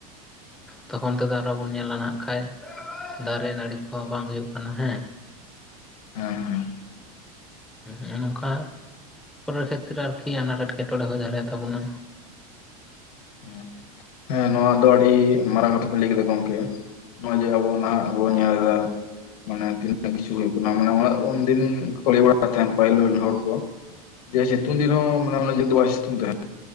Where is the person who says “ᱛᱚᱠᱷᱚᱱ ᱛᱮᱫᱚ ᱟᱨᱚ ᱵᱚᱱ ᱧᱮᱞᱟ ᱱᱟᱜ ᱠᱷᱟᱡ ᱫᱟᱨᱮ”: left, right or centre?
Centre